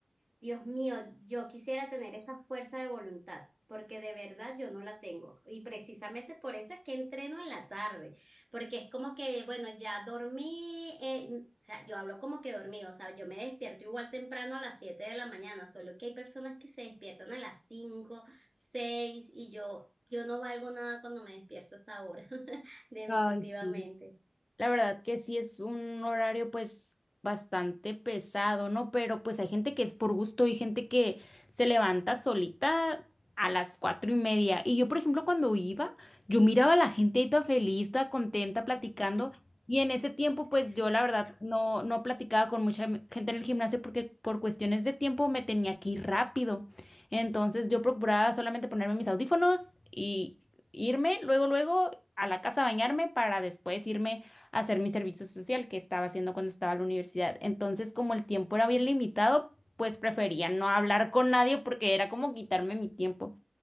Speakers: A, on the right; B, on the left.
A: Dios mío, yo quisiera tener esa fuerza de voluntad, porque de verdad yo no la tengo. Y precisamente por eso es que entreno en la tarde, porque es como que, bueno, ya dormí, eh, o sea, yo hablo como que dormí, o sea, yo me despierto igual temprano a las 7 de la mañana, solo que hay personas que se despiertan a las 5, 6 y yo, yo no valgo nada cuando me despierto a esa hora, <laughs> definitivamente.
B: Ay, sí. La verdad que sí es un horario pues bastante pesado, ¿no? Pero pues hay gente que es por gusto y gente que se levanta solita a las cuatro y media. Y yo, por ejemplo, cuando iba, yo miraba a la gente ahí toda feliz, toda contenta, platicando. Y en ese tiempo, pues yo la verdad no, no platicaba con mucha m- gente en el gimnasio porque por cuestiones de tiempo me tenía que ir rápido. Entonces yo procuraba solamente ponerme mis audífonos y irme luego, luego a la casa a bañarme para después irme hacer mi servicio social que estaba haciendo cuando estaba en la universidad. Entonces, como el tiempo era bien limitado, pues prefería no hablar con nadie porque era como quitarme mi tiempo.